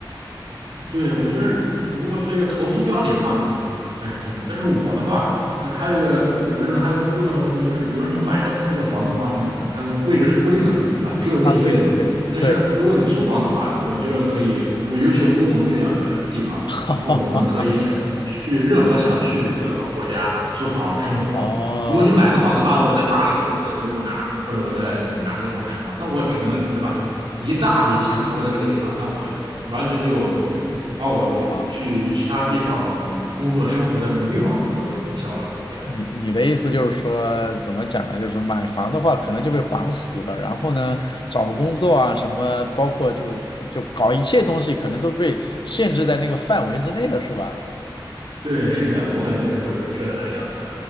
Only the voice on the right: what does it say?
对，我觉得如果做一个投资标的的话，可能还是挺好。但是我的话，呃，还有一个，我认为还有一个重要的问题就是，比如说你买的这个房的话，那个它的位置是固定的嘛，对吧？只有那一个地方。
但是如果你租房的话，我觉得可以，比如尤其欧盟这样的地方，
然后我们可以想去任何想去的国家租房生活。
如果你买个房子啊，我在巴黎或者我在德国哪儿，或者我在嗯哪个地方买个房，那我只能对吧？一大笔钱投在这个地方，那我完全就把我去其他地方工作生活的这种欲望可能都消了。
这样，
对，是的，我感觉会有这样的